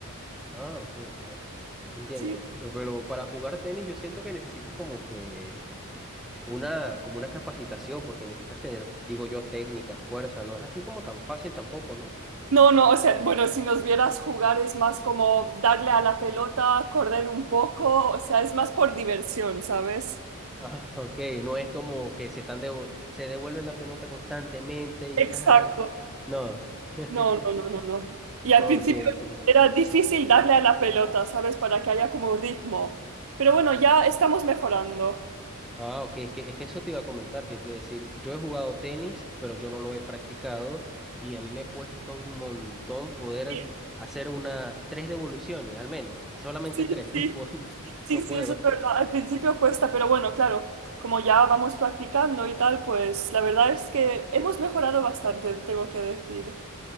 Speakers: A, in the centre; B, on the right.
A: Ah, ok, ok. Entiendo.
B: Sí.
A: Eh, Pero para jugar tenis yo siento que necesitas como que una, como una capacitación, porque necesitas tener, digo yo, técnica, fuerza. No es así como tan fácil tampoco, ¿no?
B: No, no, o sea, bueno, si nos vieras jugar es más como darle a la pelota, correr un poco, o sea, es más por diversión, ¿sabes?
A: Ah, ok, no es como que se están devo- se devuelven la pelota constantemente y
B: Exacto.
A: tal. No. <laughs>
B: No, no, no, no, no. Y al
A: Ok,
B: principio
A: ok.
B: era difícil darle a la pelota, ¿sabes? Para que haya como ritmo. Pero bueno, ya estamos mejorando.
A: Ah, ok, es que, es que eso te iba a comentar, que te iba a decir, yo he jugado tenis, pero yo no lo he practicado y a mí me cuesta un montón poder
B: Sí,
A: hacer unas tres devoluciones, al menos, solamente
B: sí,
A: tres, <laughs> no
B: sí,
A: puedo, no
B: sí,
A: no puedo.
B: sí, eso es verdad. Al principio cuesta, pero bueno, claro, como ya vamos practicando y tal, pues la verdad es que hemos mejorado bastante, tengo que decir.